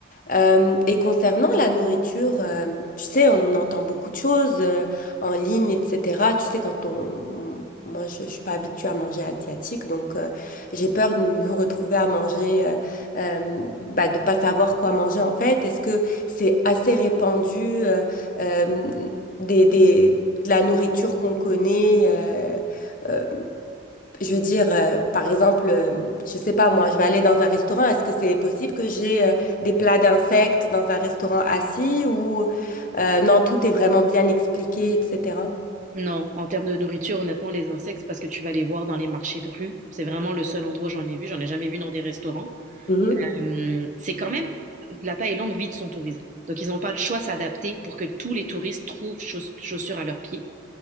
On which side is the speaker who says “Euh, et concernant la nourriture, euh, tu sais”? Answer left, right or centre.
Left